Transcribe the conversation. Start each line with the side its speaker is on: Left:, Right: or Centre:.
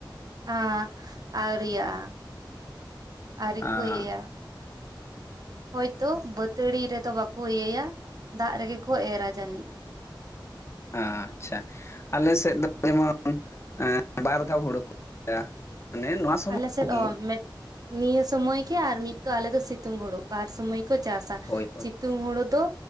Right: ᱟᱻ ᱟᱹᱣᱨᱤᱭᱟᱜ-ᱟ ᱟᱣᱨᱤ
Left: ᱟᱸ
Right: ᱠᱚ ᱤᱭᱟᱹᱭᱟ᱾ ᱦᱚᱭᱛᱚ ᱵᱟᱹᱛᱟᱹᱲᱤ ᱨᱮᱫᱚ ᱵᱟᱠᱚ ᱤᱭᱟᱹᱭᱟ ᱫᱟᱜ ᱨᱮᱜᱮ ᱠᱚ ᱮᱨᱟ ᱡᱟᱹᱱᱤᱡ᱾
Left: ᱟᱪᱪᱷᱟ ᱟᱞᱮ ᱥᱮᱫ ᱫᱚ ᱡᱮᱢᱚᱱ ᱵᱟᱨ ᱫᱷᱟᱣ ᱦᱩᱲᱩ ᱠᱚ ᱢᱟᱱᱮ ᱱᱚᱣᱟ ᱥᱚᱢᱚᱭ
Right: ᱟᱞᱮᱥᱮᱫ ᱚ
Left: ᱜᱮ
Right: <unintelligible> ᱱᱤᱭᱟᱹ ᱥᱩᱢᱚᱭ ᱜᱮ ᱟᱨ ᱢᱤᱫᱚ ᱟᱞᱮ ᱫᱚ ᱥᱤᱛᱩᱝ ᱦᱩᱲᱩ ᱵᱟᱨ ᱥᱚᱢᱚᱭ ᱠᱚ ᱪᱟᱥᱟ ᱥᱤ
Left: ᱦᱳᱭ ᱦᱳᱭ
Right: ᱥᱤᱛᱩᱝ ᱦᱳᱲᱳ ᱫᱚ